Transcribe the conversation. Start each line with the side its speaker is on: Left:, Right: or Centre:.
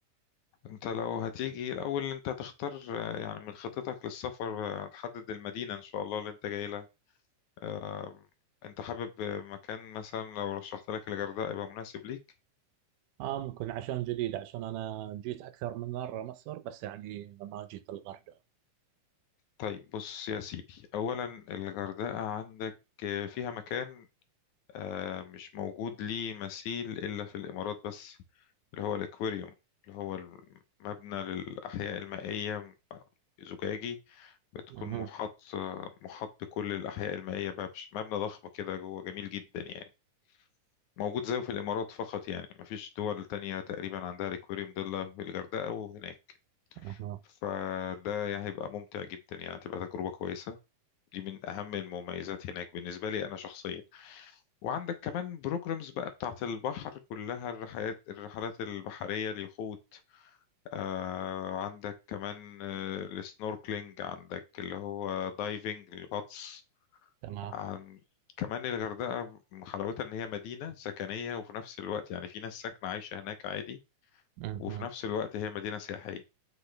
Left: انت لو هتيجي الاول انت هتختار آه، يعني من خطتك للسفر آه، تحدد المدينة ان شاء الله اللي انت جاي لها آه، انت حابب آه، مكان مثلا لو رشحت لك الغردقة يبقى مناسب ليك
Right: آه ممكن عشان جديد عشان أنا جيت أكثر من مرة مصر بس يعني ما جيت الغردقة
Left: طيب بص يا سيدي اولا الغردقة عندك آه، فيها مكان آه، مش موجود ليه مثيل إلا في الإمارات بس اللي هو الأكواريوم اللي هو المبنى للأحياء المائية زجاجي بتكون
Right: أها
Left: محاط محاط بكل الأحياء المائية بقى مش مبنى ضخم كده جوه جميل جدا يعني موجود زيه في الإمارات فقط يعني مفيش دول تانية تقريبا عندها الأكواريوم ده إلا في الغردقة وهناك
Right: أها
Left: فده يعني هيبقى ممتع جدا يعني تبقى تجربة كويسة دي من أهم المميزات هناك بالنسبة لي أنا شخصيا وعندك كمان بروجرامز بقى بتاعة البحر كلها الرحلات الرحلات البحرية اليخوت آه عندك كمان آه السنوركلينج عندك اللي هو دايفنج الغطس
Right: تمام
Left: عن كمان الغردقة حلاوتها إن هي مدينة سكنية وفي نفس الوقت يعني في ناس ساكنة عايشة هناك عادي
Right: أها
Left: وفي نفس الوقت هي مدينة سياحية